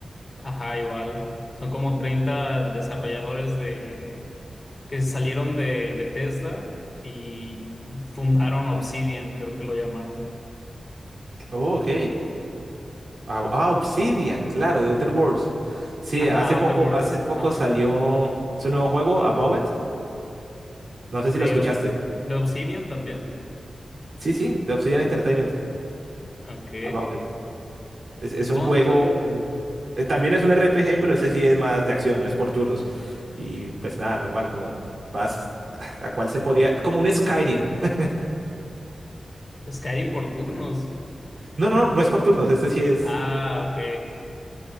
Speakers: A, on the left (about 35°); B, on the right (about 60°).
A: Ajá, igual. Son como 30 desarrolladores de que salieron de Bethesda y fundaron Obsidian, creo que lo llamaron.
B: Oh, ok. Ah, ah, Obsidian, claro, de Outer Worlds. Sí,
A: Ajá,
B: hace
A: Outer
B: poco,
A: Worlds,
B: hace poco
A: ajá.
B: salió su nuevo juego, About It. No sé
A: ¿De,
B: si lo escuchaste.
A: Ob- de Obsidian también?
B: Sí, sí, de Obsidian Entertainment.
A: Ok.
B: About It. Es, es
A: No,
B: un juego.
A: no sabía.
B: eh, También es un RPG, pero ese sí es más de acción, no es por turnos. Y pues nada, normal, como vas. <laughs> ¿A cuál se podría? Como un Skyrim. <laughs>
A: Skyrim por turnos.
B: No, no, no es por turnos, este sí es.
A: Ah, ok.